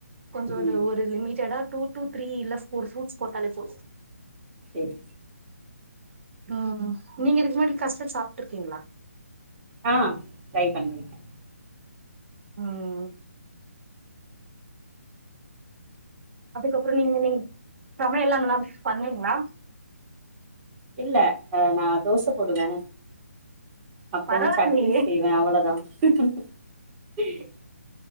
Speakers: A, on the right; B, on the right.
A: கொஞ்சம்
B: ம்
A: ஒரு ஒரு லிமிட்டெடா டூடூ த்ரி இல்ல ஒரு புரூட்ஸ் மட்டும் தல போ
B: சேரி
A: உஹம் நீங்க இதுக்கு முன்னாடி கஸ்டர்ட் சாப்பிட்டு இருக்கீங்களா
B: ஆஹ் ட்ரை பண்ணி இருக்கேன்
A: உஹம் அதுக்கப்புறம் நீங்க நீ சமையல் எல்லாம் நல்லா பண்ணீங்களா
B: இல்ல நான் தோசை போடுவேன் அப்புறம்
A: பரவாயில்லையே
B: சட்னி செய்வேன் அவ்வளவுதான் சத்த சம் <unintelligible>